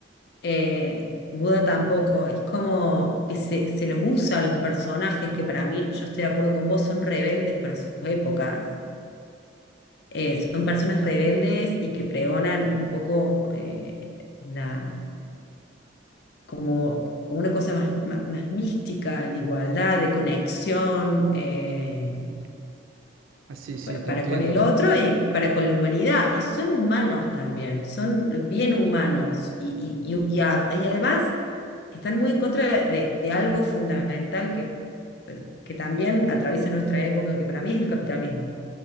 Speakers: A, on the left; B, on the right.
A: Eh, Buda tampoco, es como que se, se los usa a los personajes que para mí, yo estoy de acuerdo con vos, son rebeldes para sus épocas. Eh, son personas rebeldes y que pregonan un poco eh, la, como, como una cosa más, más, más mística, de igualdad, de conexión. eh,
B: Mm, mm. Ah, Sí, sí,
A: pa-
B: te
A: para
B: entiendo.
A: con el otro y para con la humanidad. Y son humanos también, son bien humanos. Y, y- y- y a- y además están muy en contra de, de algo fundamental que, que también atraviesa nuestra época, que para mí es el capitalismo.